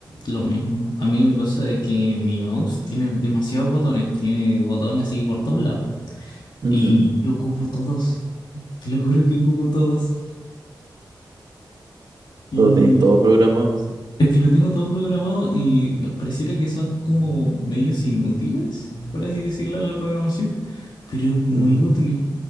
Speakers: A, on the left; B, on the right.
A: lo mismo. A mí me pasa de que mi mouse tiene demasiados botones, tiene botones así por todos lados,
B: Ujú.
A: y yo ocupo todos, te lo juro que ocupo todos. Y
B: Todo tenéis todo programado, sí.
A: Es que lo tengo todo programado y pareciera que son como medios inútiles, por así decirlo, la programación, pero es muy
B: Ujú.
A: útil.